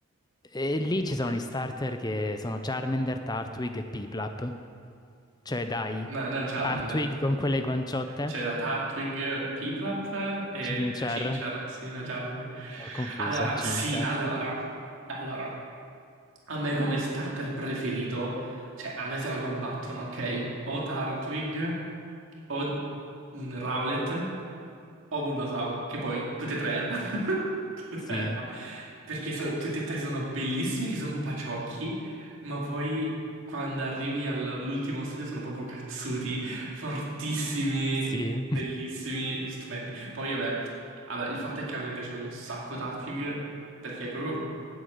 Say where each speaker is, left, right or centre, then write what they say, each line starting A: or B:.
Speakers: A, on the left; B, on the right.
A: E lì ci sono gli starter che sono Charmander, Turtwig e Piplup. Cioè dai,
B: No, non Charmander.
A: Turtwig con quelle guanciotte,
B: C'era Turtwig, Piplup e
A: Chimchar,
B: Chimchar, sì, non Charmander.
A: ho confuso,
B: Allora,
A: Chimchar.
B: sì, allora. Allora, A me come starter preferito, cioè a me se la combattono, ok? O Turtwig, o mm, Rowlet, o Bulbasaur, che poi tutte e tre erba. <laughs> Tutte e
A: Sì,
B: tre erba. Perché so- tutte e tre sono bellissimi, che sono paciocchi, ma poi quando arrivi all'ultimo stadio sono proprio cazzuti, fortissimi,
A: sì.
B: bellissimi, stupendi. Poi vabbè, allora, il fatto è che a me piace un sacco Turtwig, perché è proprio